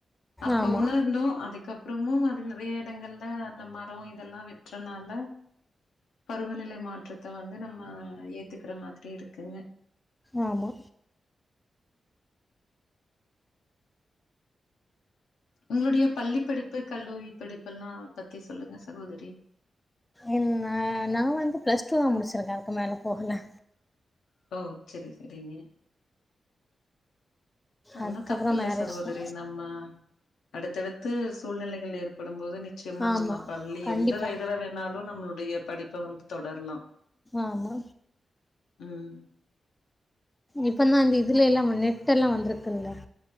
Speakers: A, on the left (about 85°); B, on the left (about 20°).
A: அப்ப
B: ஆமா
A: உணர்ந்தோ அதுக்கப்புறமும் அதுல்ல நறைய இடங்கள்ல அந்த மரோ இதெல்லா வெட்டுறதுனால பருவநிலை மாற்றத்த வந்து நம்ம ஏத்துக்கிற மாதிரி இருக்குங்க
B: ஆமா
A: உங்களுடைய பள்ளி படிப்பு கல்லூரி படிப் இப்பெல்லா பத்தி சொல்லுங்க சகோதரி
B: என் நா நா வந்து பிளஸ் டூ தா முடிச்சிருக்க அதுக்கு மேல போகல
A: ஓ செரி செரிங்க
B: அதுக்கப்புறோ
A: ஒன்னு தப்பில்ல
B: மேரேஜ்
A: சகோதரி
B: தா
A: நம்ம அடுத்தது புது சூழ்நிலைகள் ஏற்படும் போது நிச்சயமா
B: ஆமா
A: நம்ம பள்ளி
B: கண்டிப்பா
A: எந்த வயதுல வேணாலு நம்மளுடைய படிப்ப வந்து தொடரலா
B: ஆமா
A: உம்
B: இப்ப தா இந்த இதுலல்லா நெட் எல்லா வந்திருக்குல்ல